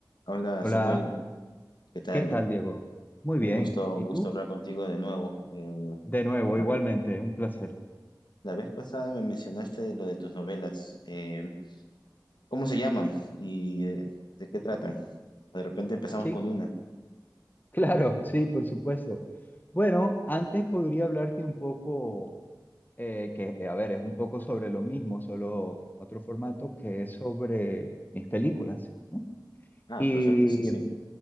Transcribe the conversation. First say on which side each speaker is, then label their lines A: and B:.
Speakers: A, on the left; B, on the left.
A: Hola
B: Hola,
A: Samuel, ¿qué tal?
B: ¿qué tal, Diego? Muy
A: Un
B: bien.
A: gusto, un
B: ¿Y
A: gusto
B: tú?
A: hablar contigo de nuevo. Eh,
B: De nuevo,
A: la,
B: igualmente, un placer.
A: la vez pasada me mencionaste lo de tus novelas. Eh, ¿cómo se llaman y de, de qué tratan? De repente empezamos
B: Sí,
A: con una.
B: <laughs> claro, sí, por supuesto. Bueno, antes podría hablarte un poco, eh, que, eh, a ver, es un poco sobre lo mismo, solo en otro formato, que es sobre mis películas, ¿no?
A: Ah,
B: Y
A: perfecto, sí, sí.